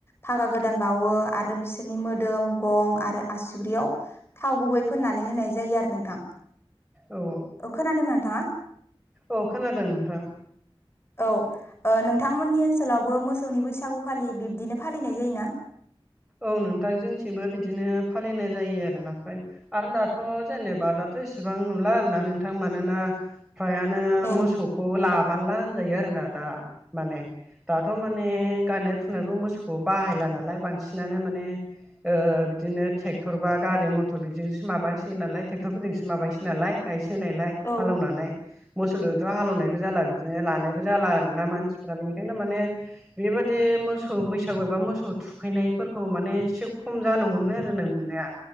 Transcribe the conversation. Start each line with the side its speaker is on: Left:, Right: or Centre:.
Left: फागा गोदान बावो आरो बिसोरनि मोदोम गं आरो आसुग्रियाव थाव गुबै फोननानै होनाय जायो आरो नोंथां।
Centre: औ।
Left: औ खोनादों नोंथाङा?
Centre: औ खोनादों नोंथां।
Left: औ नोंथांमोननि ओनसोलावबो मोसौनि बैसागुखालि बिब्दिनो फालिनाय जायोना?
Centre: औ नोंथां जोंथिंबो बिदिनो फालिनाय जायो आरो ना फ्राय। आरो दाथ' जेनेबा दाथ' इसेबां नुला आर ना नोंथां मानोना फ्रायानो
Left: औ
Centre: मोसौखौ लाबांला होनजायो आरोना दा। माने दाथ' माने गाननाय फुनायफ्राव मोसौखौ बाहायला नालाय बांसि सिनानो माने। ओ-बिदिनो ट्रेक्टर बा गारि मथर बिजोंसो माबायसै नालाय ट्रेक्टरफोरजोंसो माबायसै नालाय। गायसोनायलाय
Left: औ
Centre: हालौवनानै। मोसौजोंथ' हालेवनायबो जाला बिदिनो लानायबो जाला आरोना मानसिफ्रा बेनिखायनो माने बेबादि मोसौ बैसागु एबा मोसौ थुखैनाय फोरखौ माने एसे खम जानो हमबाय आरो नों नुटनाया